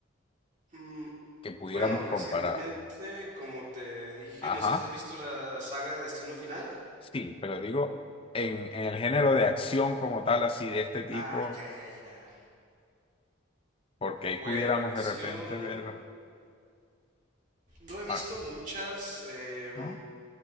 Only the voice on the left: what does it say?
que pudiéramos
comparar.
Ajá,
sí, pero digo, en, en el género de acción como tal, así de este tipo,
porque ahí
pudiéramos
de repente ver,
ah,
¿no?